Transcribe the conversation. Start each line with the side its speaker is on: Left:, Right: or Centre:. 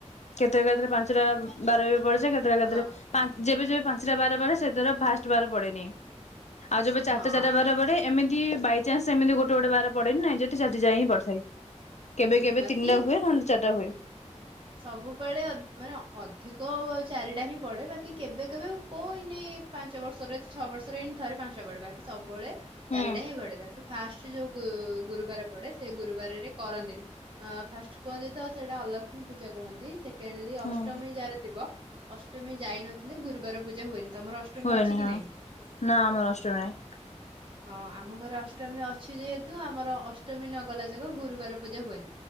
Left: କେତେଟା କେତେଟା ପାଞ୍ଚଟା ବାରରେ ପଡିଚି କେତେବେଳେ କେତେବେଳେ
Right: ହଁ
Left: ପାଞ୍ଚ ଯେବେ ଯେବେ ପାଞ୍ଚଟା ବାର ବାର ସେ ଦ୍ୱାରା ଫାଷ୍ଟ୍ ବାର ପଡେନି। ଆଉ ଯେବେ ଚାରିଟା
Right: ହଁ
Left: ଚାରା ବାର ପଡେ ଏମିତି ବାଇଚାନ୍ସ୍ ଏମିତି ଗୋଟେ ଗୋଟେ ବାର ପଢେନି। ଯଦି <unintelligible> ଯାଏଁ ପଢିଥାଏ। କେବେ
Right: ହୁଁ
Left: କେବେ
Right: ବାକି
Left: ତିନିଟା ହୁଏ ନହେଲେ ଚାରିଟା
Right: ହୁଁ
Left: ହୁଏ।
Right: ସବୁବେଳେ ଅଧି ମାନେ ଅଧିକ ଅ ଚାରିଟା ହିଁ ପଡେ ବାକି କେବେ କେବେ କୋଉ ନି ପାଞ୍ଚବର୍ଷରେ ଛଅ ବର୍ଷରେ ଏଇନ ଥରେ ପାଞ୍ଚଟା ପଡେ ବାକି ସବୁବେଳେ
Left: ହୁଁ
Right: ଚାରିଟା ହିଁ ଗଡେ ବାକି ଫାଷ୍ଟ୍ ଯୋଉ ଉ-ଉ ଗୁରୁବାର ପଡେ ସେ ଗୁରୁବାରରେ କରନ୍ତିନି ଅ ଫାଷ୍ଟ୍ କୁହନ୍ତି ତ ସେଇଟା ଅଲକ୍ଷ୍ମୀ ପୂଜା କୁହନ୍ତି ସେ କେଣଲିି
Left: ହୁଁ।
Right: ଅଷ୍ଟମୀ ଯାର ଥିବ ଅଷ୍ଟମୀ ଯାଇନଥିଲେ ଗୁରୁବାର ପୂଜା ହୁଏନି। ତମର ଅଷ୍ଟମୀ
Left: ହୁଏନି
Right: ଅଛି
Left: ହଁ।
Right: କି ନାଇଁ?
Left: ନା ଆମର ଅଷ୍ଟମୀ ନାହିଁ।
Right: ହଁ ଆମ ଘରେ ଅଷ୍ଟମୀ ଅଛି ଯେହେତୁ ଆମର ଅଷ୍ଟମୀ ନଗଲା ଯାକ ଗୁରୁ ବାର ପୂଜା ହୁଏନି।